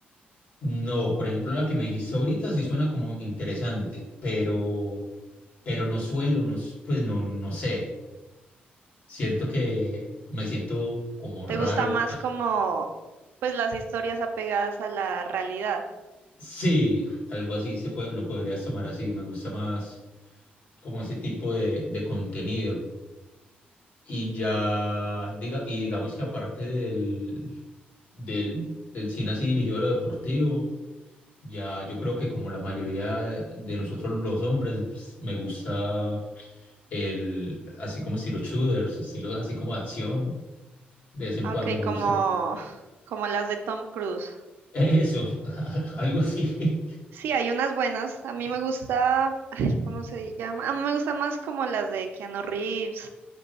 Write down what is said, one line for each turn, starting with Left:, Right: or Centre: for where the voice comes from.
Left: No, por ejemplo, la que me dijiste ahorita sí suena como interesante, pero, pero no suelo, no, s- pues no, no sé. Siento que me siento como raro.
Right: ¿Te gusta más como, pues, las historias apegadas a la realidad?
Left: Sí, algo así se puede, lo podrías tomar así, me gusta más como ese tipo de, de contenido. Y ya, diga, y digamos que aparte del, del, del cine así dirigido a lo deportivo, ya yo creo que como la mayoría de nosotros los hombres, pues, me gusta el, así como estilo shooters, estilo así como acción, de vez en
Right: Ah,
Left: cuando
Right: Ok,
Left: me
Right: como,
Left: gusta.
Right: <laughs> como las de Tom Cruise.
Left: Eso, <laughs> algo así.
Right: Sí, hay unas buenas. A mí me gusta, ay, ¿cómo se llama? A mí me gusta más como las de Keanu Reeves,